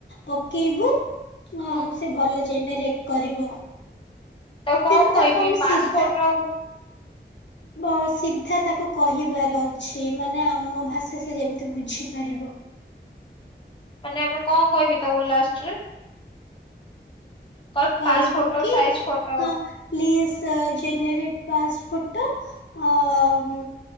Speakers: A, on the left (about 75°); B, on the left (about 25°).
A: ପକେଇବୁ
B: ହୁଁ
A: ଆଉ ସେ ଭଲ ଜେନେରେଟ୍ କରିବ।
B: ତାକୁ କଣ
A: କିନ୍ତୁ
B: କହିବି
A: ତାକୁ ଆମେ
B: ପାସ୍
A: ସିଧା
B: ଫୋଟୋ
A: ବ ସିଧା ତାକୁ କହିବାର ଅଛି ମାନେ ଆମ ଭାଷା ସେ ଯେମତି ବୁଝିପାରିବ।
B: ମାନେ ଆମେ କଅଁ କହିବି ତାକୁ ଲାଷ୍ଟ୍ ରେ। କହିବି
A: କହିବୁ
B: ପାସ୍ ଫୋଟୋ
A: କି
B: ସାଇଜ ଫୋଟୋ।
A: କାଁ ପ୍ଳିଜ୍ ସ-ଅ-ଅ ଜେନେରେଟ୍ ପାସ୍ ଫୋଟୋ। ହଁ କି